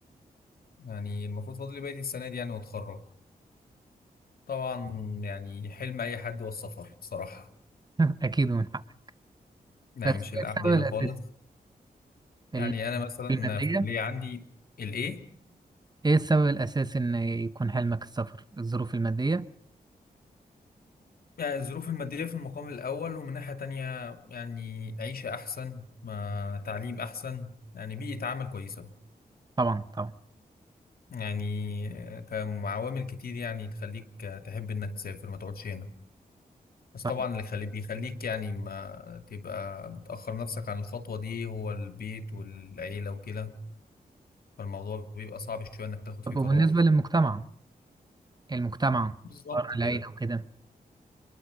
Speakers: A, on the left; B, on the right.
A: يعني المفروض فاضل لي بقيه السنه دي يعني واتخرج طبعا يعني حلم اي حد هو السفر صراحه
B: <laughs> أكيد من حقك
A: يعني
B: بس
A: مش
B: إيه
A: القعده
B: السبب
A: هنا
B: الأساسي
A: خالص
B: ال-
A: يعني انا مثلا
B: المادية
A: في كليه عندي الايه
B: إيه السبب الأساسي إن يكون حلمك السفر الظروف المادية
A: يعني الظروف المادية في المقام الأول ومن ناحية تانية يعني عيشة أحسن ما تعليم أحسن يعني بيئة عمل كويسة
B: طبعا طبعا
A: يعني كعوامل كتير يعني تخليك تحب إنك تسافر ما تقعدش هنا بس
B: صحيح
A: طبعا اللي خلي بيخليك يعني ما تبقى بتأخر نفسك عن الخطوة دي هو البيت والعيلة وكده فالموضوع بيبقى صعب شوية إنك تاخد
B: طب
A: فيه
B: وبالنسبة
A: قرار
B: للمجتمع المجتمع
A: بالظبط
B: أفكار
A: كده
B: العيلة وكده